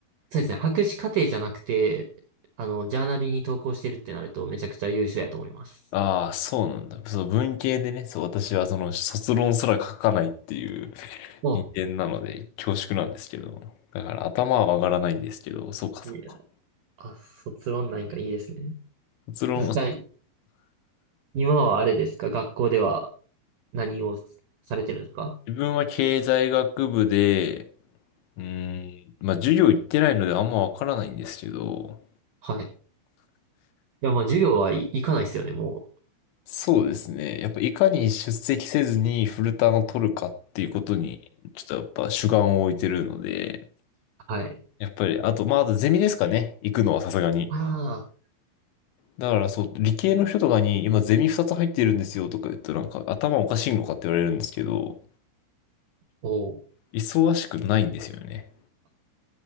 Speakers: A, on the right; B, on the left.
A: そうですね。博士課程じゃなくて、あの、ジャーナルに投稿してるってなるとめちゃくちゃ優秀やと思います。
B: ああ、そうなんだ。そう、文系でね、そう、私はその、卒論すら書かないっていう <laughs>
A: あ、
B: 人間なので、恐縮なんですけど。だから頭は上がらないんですけど、そうか、そうか。
A: いいねあ、卒論なんかいいですね。
B: 卒論、
A: そしたら、
B: 自
A: 今はあれですか学校では何をされてるんですか
B: 分は経済学部で、うーん、まあ授業行ってないのであんまわからないんですけど、
A: はい。いや、まあ授業はい、行かないですよね、もう。
B: そうですね。やっぱいかに出席せずにフルターンを取るかっていうことに、ちょっとやっぱ主眼を置いてるので、
A: はい。
B: やっぱり、あと、まあ、あとゼミですかね。行くのはさすがに。
A: ああ、
B: だからそう、理系の人とかに今ゼミ2つ入ってるんですよとか言うとなんか頭おかしいのかって言われるんですけど、
A: おう。
B: 忙しくないんですよね。